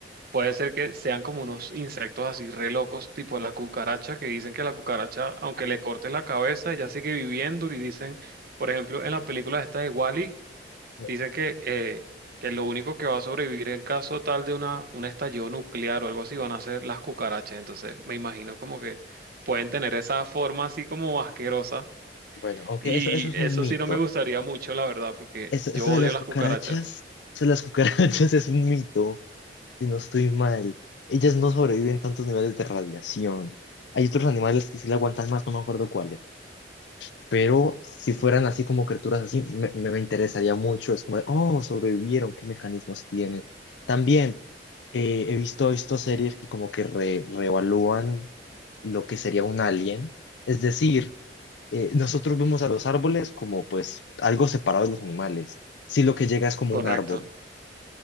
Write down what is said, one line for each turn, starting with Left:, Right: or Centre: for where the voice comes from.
Right: puede ser que sean como unos insectos así re locos, tipo la cucaracha, que dicen que la cucaracha, aunque le cortes la cabeza, ella sigue viviendo y dicen, por ejemplo, en la película esta de Wally
Left: <laughs>
Right: Dicen que, eh, que lo único que va a sobrevivir en caso tal de una, un estallido nuclear o algo así van a ser las cucarachas. Entonces me imagino como que pueden tener esa forma así como asquerosa.
Left: Bueno, aunque
Right: Y
Left: eso, eso es
Right: eso
Left: un mito.
Right: sí no me gustaría mucho, la verdad, porque
Left: Eso,
Right: yo
Left: eso
Right: odio
Left: de las
Right: las
Left: cucarachas,
Right: cucarachas.
Left: eso de las cucarachas <laughs> es un mito, si no estoy mal. Ellas no sobreviven tantos niveles de radiación. Hay otros animales que sí la aguantan más, no me acuerdo cuáles. Pero si fueran así como criaturas así, me, me, me interesaría mucho. Es como, de, oh, sobrevivieron, ¿qué mecanismos tienen? También eh, he visto, visto series que como que re- reevalúan lo que sería un alien. Es decir, eh, nosotros vemos a los árboles como pues algo separado de los animales. Si lo que llega es como
Right: Correcto.
Left: un árbol,